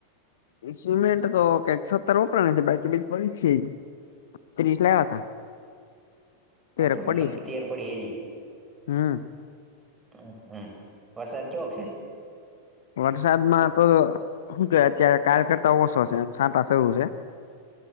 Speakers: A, on the left; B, on the right.
A: સિમેન્ટ તો કઈક સત્તર વપરા છે બાકી બીજ પડી છે. ત્રીસ લાવ્યા હતા. તેરક
B: ઓકે મતલબ
A: પડી છે
B: તેર પડી.
A: હમ
B: હમ હમ વરસાદ કેવો છે?
A: વરસાદમાં તો શું કે અત્યારે કાલ કરતા ઓછો છે છાટા જેવુ છે.